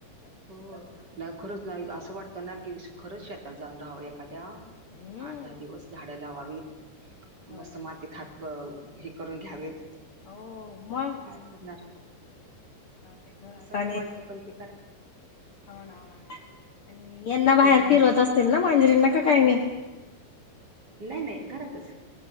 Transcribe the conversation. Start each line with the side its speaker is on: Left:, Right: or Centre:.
Right: हो नाही खरंच नाही असं वाटतं ना की खरंच शेतात जाऊन राहावं एखाद्या.
Left: हम्म
Right: आठ दहा दिवस झाडं लावावीत
Left: हो
Right: मस्त
Left: ना
Right: मातीत हात हे करून घ्यावेत.
Left: हो मग
Right: आता काय करणार
Left: ते घरात
Right: सगळं
Left: आणि
Right: वाटतं पाहिजे
Left: हो ना ना ना आणि यांना
Right: हम्म
Left: बाहेर फिरवत त असतील ना मांजरींना का काही नाही?
Right: नाही नाही घरातच.